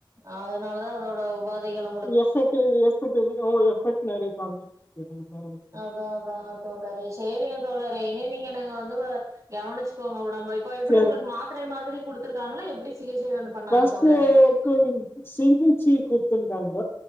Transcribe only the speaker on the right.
அதனாலதா அதோட உபாதைகளு
அதா அதா தோழரே சேரிங்க தோழரே இனி நீங்க நாங்க வந்து கவனிச்சுக்கோங்க ஒடம்ப இப்ப எப்டி
ஒங்ளுக்கு மாத்திரை மாரி குடுத்துருக்காங்ளா எப்டி சிகிச்சை வந்து பண்ணாங்க
தோழரே